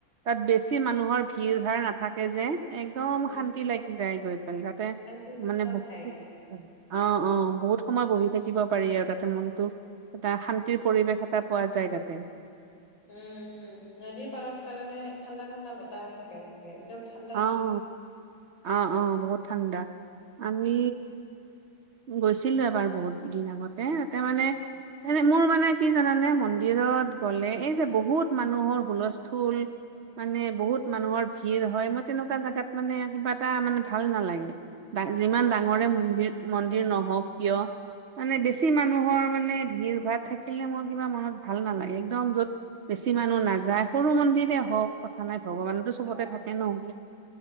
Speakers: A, on the right (about 70°); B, on the left (about 70°).
A: তাত বেছি মানুহৰ ভিৰ-ভাৰ নাথাকে যে। একদম
B: উম
A: শান্তি লাগি যায় গৈ পেলাই তাতে
B: শান্তিপূৰ্ণ
A: মানে বহুত
B: ঠাই তাতে।
A: অ, অ, বহুত সময় বহি থাকিব পাৰি আৰু তাতে মনটো এটা শান্তিৰ পৰিৱেশ এটা পোৱা যায় তাতে।
B: উম, উম, নদীৰ পাৰত কাৰণে ঠাণ্ডা-ঠাণ্ডা বতাহো থাকে তাতে একদম ঠা
A: অঁ, অ, অ, বহুত ঠাণ্ডা, আমি গৈছিলো এবাৰ বহুতদিন আগতে তাতে মানে এ মোৰ মানে কি জানানে মন্দিৰত গ'লে এই যে বহুত মানুহৰ হুলস্থুল মানে বহুত মানুহৰ ভিৰ হয়, মই তেনেকুৱা জাগাত মানে কিবা এটা মানে ভাল নালাগে। বা যিমান
B: অ
A: ডাঙৰে মন্দিৰ, মন্দিৰ নহওক কিয় মানে বেছি মানুহৰ মানে ভিৰ-ভাৰ থাকিলে মোৰ কিবা মনত ভাল নালাগে একদম য'ত বেছি মানুহ নাযায় সৰু মন্দিৰে হওক কথা নাই ভগৱানতো চবতে
B: অ
A: থাকে নহ'লে